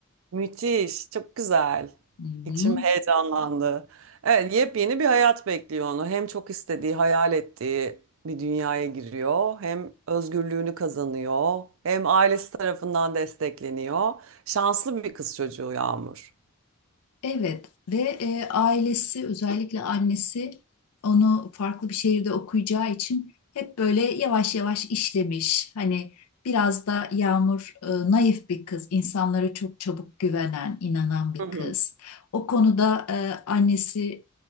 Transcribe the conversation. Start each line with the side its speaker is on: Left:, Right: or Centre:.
Right: Müthiş, çok güzel.
Left: Hı hı.
Right: İçim heyecanlandı. Evet, yepyeni bir hayat bekliyor onu. Hem çok istediği, hayal ettiği bir dünyaya giriyor, hem özgürlüğünü kazanıyor, hem ailesi tarafından destekleniyor. Şanslı bir kız çocuğu Yağmur.
Left: Evet ve e, ailesi özellikle annesi onu farklı bir şehirde okuyacağı için hep böyle yavaş yavaş işlemiş. Hani biraz da Yağmur e, naif bir kız, insanlara çok çabuk güvenen, inanan bir
Right: Hı hı.
Left: kız. O konuda e, annesi